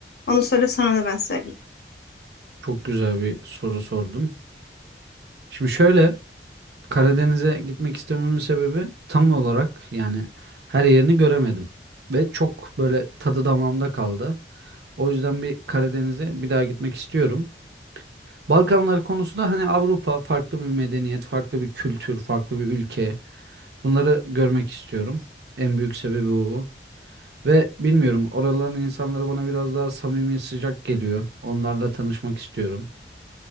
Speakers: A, on the left (about 60°); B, on the right (about 65°).
A: Onu söyle sana da ben söyleyeyim.
B: Çok güzel bir soru sordum. Şimdi şöyle Karadeniz'e gitmek istememin sebebi tam olarak yani her yerini göremedim. Ve çok böyle tadı damağımda kaldı. O yüzden bir Karadeniz'e bir daha gitmek istiyorum. Balkanlar konusu da hani Avrupa farklı bir medeniyet, farklı bir kültür, farklı bir ülke. Bunları görmek istiyorum. En büyük sebebi bu. Ve bilmiyorum oraların insanları bana biraz daha samimi, sıcak geliyor. Onlarla tanışmak istiyorum.